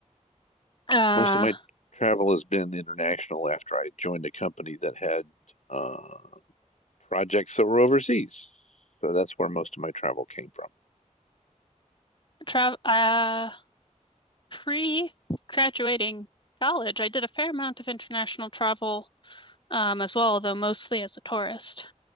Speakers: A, on the left; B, on the left.
A: Uh,
B: Most of my travel has been international after I joined a company that had uh, projects that were overseas. So that's where most of my travel came from.
A: tra uh, pre-graduating college, I did a fair amount of international travel, um, as well, though mostly as a tourist.